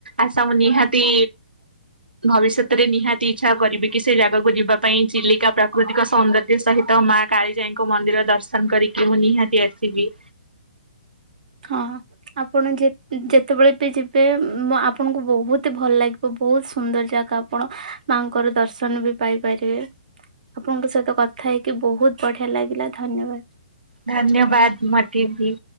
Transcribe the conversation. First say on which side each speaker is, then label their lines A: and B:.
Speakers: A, on the right (about 80°); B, on the right (about 55°).
A: ଆଶା ମୁଁ ନିହାତି ଭବିଷ୍ୟତରେ ନିହାତି ଇଚ୍ଛା କରିବି କି ସେ ଜାଗାକୁ ଯିବା ପାଇଁ ଚିଲିକା ପ୍ରାକୃତିକ ସୌନ୍ଦ ସହିତ ମା କାଳିଜାଇଙ୍କୁ ମନ୍ଦିର ଦର୍ଶନ କରିକି ମୁଁ ନିହାତି ଆସିବି।
B: ହଁ, ଆପଣ ଯେ ଯେତେବେଳେ ବି ଯିବେ ଆପଣଙ୍କୁ ବହୁତ ଭଲ ଲାଗିବ। ବହୁତ ସୁନ୍ଦର ଜାଗା ଆପଣ ମାଆଙ୍କର ଦର୍ଶନ ବି ପାଇପାରିବେ। ଆପଣଙ୍କ ସହିତ କଥା ହେଇକି ବହୁତ ବଢିଆ ଲାଗିଲା, ଧନ୍ୟବାଦ।
A: ଧନ୍ୟବାଦ, ମତେ ବି।